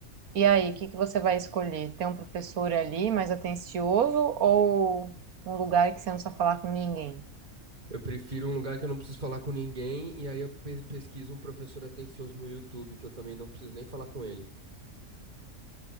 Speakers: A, on the right; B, on the right.
A: E aí, o que que você vai escolher? Ter um professor ali mais atencioso ou um lugar que você não precisa falar com ninguém?
B: Eu prefiro um lugar que eu não preciso falar com ninguém, e aí eu pe- pesquiso um professor atencioso no YouTube, que eu também não preciso nem falar com ele.